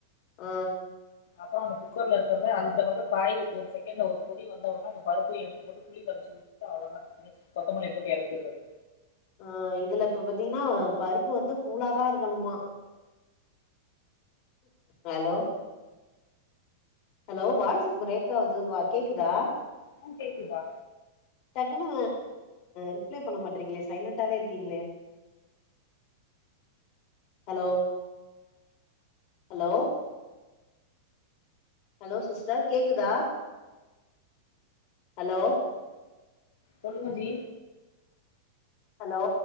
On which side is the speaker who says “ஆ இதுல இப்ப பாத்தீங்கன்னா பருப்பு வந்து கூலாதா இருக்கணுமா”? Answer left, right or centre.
Left